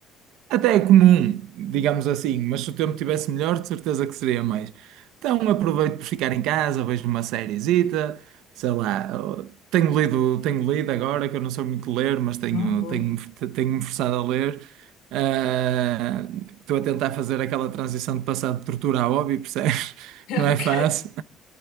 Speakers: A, on the right; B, on the left.
A: até é comum, digamos assim, mas se o tempo tivesse melhor, de certeza que seria mais. Então aproveito por ficar em casa, vejo uma sériezita, sei lá, eh, tenho lido, tenho lido agora, que eu não sou muito ler, mas tenho,
B: Não vou.
A: tenho,
B: <laughs>
A: tenho-me forçado a ler. Ah, Estou a tentar fazer aquela transição de passar de tortura a hobby, percebes? <laughs>
B: Ok.
A: Não é fácil,